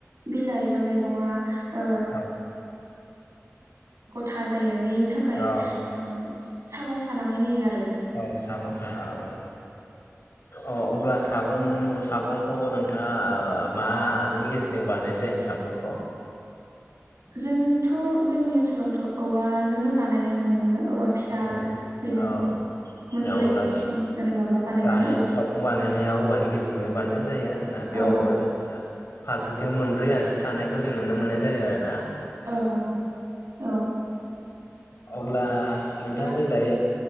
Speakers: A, on the right; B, on the left.
A: बिलाइ बा मैगंआ ओ
B: औ
A: था जायो बेनि थाखाय ओ
B: औ
A: सागं सानानै होयो आरो
B: औ सागं साहा औ औ अब्ला सागं सागंखौ नोंथाङा ओ मानि गेजेरजों बानायनाय जायो सागंखौ
A: जोंथ' जोंनि ओनसो लावथ' औवाजोंनो बानायनाय नुनो मोनो। औवा फिसा
B: औ
A: बेजों
B: औ
A: मोनब्रै
B: अब्ला
A: बिथिं ओरै माबा बानायनानै
B: गाहाय सागं बानायनाया औवानि गेजेरजोंनो बानायनाय जायो आरोना बेयाव
A: औ
B: जेनेबा फारफ्रोमथिं मोनब्रैआसि थानायखौ जों नुनो मोननाय जायो आरो ना।
A: औ नंगौ औ
B: अब्ला
A: बिदिब्ला
B: नोंथाङा जों दायो